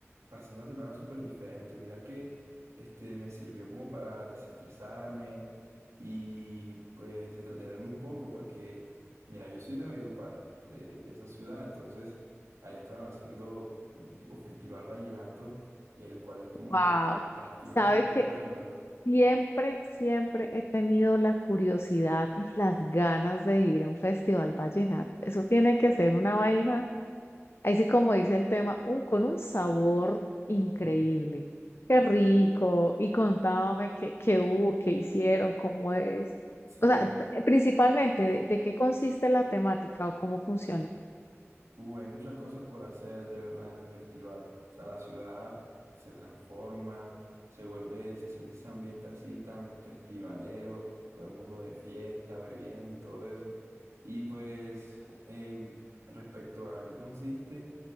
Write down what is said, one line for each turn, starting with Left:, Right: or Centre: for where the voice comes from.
Right: pasé una semana súper diferente, mira que, este, me sirvió como para desestresarme y pues entretenerme un poco porque, mira, yo soy de Valledupar, de, de esa ciudad, entonces allá estaban haciendo un tipo festival vallenato y el cual es como
Left: wow,
Right: las fiestas
Left: sabes
Right: del
Left: que
Right: pueblo.
Left: siempre, siempre he tenido la curiosidad y las ganas de ir a un festival vallenato, eso tiene que ser una vaina. Ahí sí, como dice el tema, un, con un sabor increíble.
Right: <laughs>
Left: Qué rico.
Right: Y,
Left: Y contame qué, qué hubo, qué hicieron, cómo es.
Right: sí,
Left: O sea,
Right: mira.
Left: p- principalmente, ¿de, de qué consiste la temática o cómo funciona?
Right: Uh, hay muchas cosas por hacer de verdad en el festival. O sea, la ciudad se transforma, se vuelve, se siente ese ambiente así tan festivalero, todo el mundo de fiesta, bebiendo y todo eso. Y pues, eh, respecto a qué consiste,